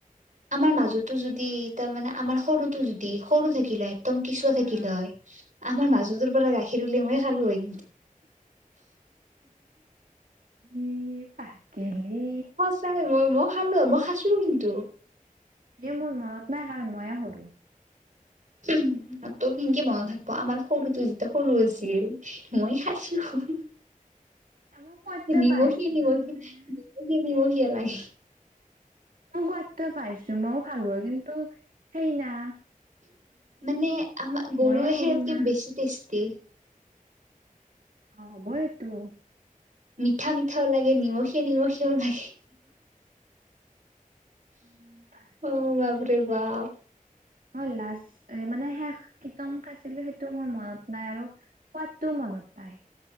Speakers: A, on the right; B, on the right.
A: আমাৰ মাজতো যদি তাৰমানানে আমাৰ সৰুতো যদি সৰু থাকিলে একদম কিচুৱা থাকিল
B: আহ
A: হয়
B: আহ
A: আমাৰ মাজটোৰ পৰা গাখীৰ উলিয়াই মই খালো হয়।
B: ই পাগেলি
A: সচাই মই ম <unintelligible> খালো হয় মই খাছো কিন্তু।
B: ই মোৰ মনত নাই কাৰণ মইয়ে সৰু।
A: <inaudible> তোৰ কেনকে মনত থাকব আমাৰ সৰুটো যেতিয়া সৰু আছিল মই খাইছো।
B: এ মই সোৱাদ
A: নিমখে
B: পাইছো
A: নিমখি
B: জানানে মই
A: নিমখ নিমখিয় লাগে।
B: মই সোৱাদটোৱে পাইছো মইও খালো হয় কিন্তু সেই ন
A: মানে আমাৰ গৰু
B: মইয়ে
A: গাখিৰতকে
B: সৰু না
A: বেছি টেষ্টি।
B: অ হ'ব এইটো।
A: মিঠা মিঠাও লাগে নিমখিয়া নিমখিয়াও লাগে
B: উম তাকে
A: অ বাপৰে বাপ
B: মই লাজ মানে শেষ কিতম খাইছিলো সেইটো মোৰ মনত নাই আৰু সোৱাদটোও মনত নাই